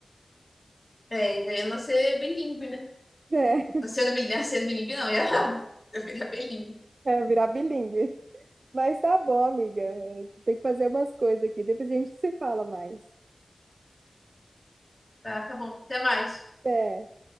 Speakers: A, on the left; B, on the right.
A: É, já ia nascer bilíngue, né?
B: é,
A: Nascendo bilíngue, <laughs> nascendo bilíngue não, ia, <laughs> eu ia virar bilíngue.
B: <laughs> é virar bilíngue. Mas tá bom, amiga. É, Tem que fazer umas coisas aqui. Depois a gente se fala mais.
A: Tá, tá bom. Até mais.
B: É.